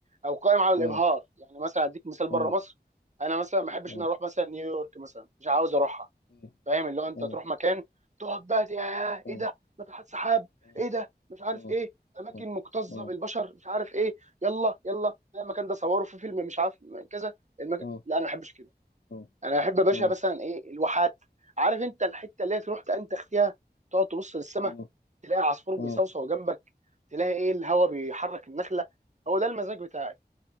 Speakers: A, on the right; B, on the left.
A: او قائم على
B: اه
A: الابهار يعني مثلا اديك مثال بره
B: اه
A: مصر انا مثلا ما بحبش
B: اه
A: ان أنا اروح مثلا نيويورك مثلا مش عاوز اروحها
B: اه
A: فاهم اللي هو انت
B: اه
A: تروح مكان تقعد بقى يا
B: اه
A: ايه ده ناطحات سحاب
B: اه
A: ايه ده مش عارف
B: اه
A: ايه اماكن
B: اه
A: مكتظه
B: اه
A: بالبشر مش عارف ايه يلا يلا لا، المكان ده صوروا في فيلم مش عارف كذا المكان
B: اه
A: لا انا ما بحبش كده
B: اه
A: انا احب يا باشا
B: اه
A: مثلا ايه الواحات عارف انت الحته اللي هي تروح تنتخ فيها تقعد تبص للسماء
B: اه
A: تلاقي عصفور بيصوصو
B: اه اه
A: جنبك تلاقي ايه الهواء بيحرك النخله هو ده المزاج بتاعي